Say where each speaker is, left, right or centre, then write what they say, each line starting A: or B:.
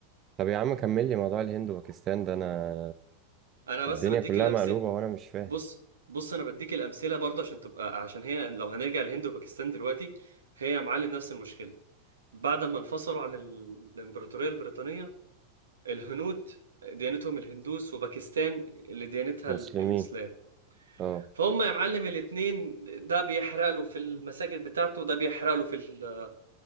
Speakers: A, on the right; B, on the right.
A: طب يا عم كمل لي موضوع الهند وباكستان ده انا
B: انا بس
A: الدنيا
B: بديك
A: كلها
B: الامثله
A: مقلوبة وانا مش فاهم
B: بص بص انا بديك الامثله برضه عشان تبقى عشان هي لو هنرجع الهند وباكستان دلوقتي هي يا معلم نفس المشكله بعد ما انفصلوا عن ال- الامبراطوريه البريطانيه الهنود ديانتهم الهندوس وباكستان اللي ديانتها
A: مسلمين
B: ال- الإسلام
A: اه
B: فهم يا معلم الاتنين ده بيحرق له في المساجد بتاعته وده بيحرق له في ال-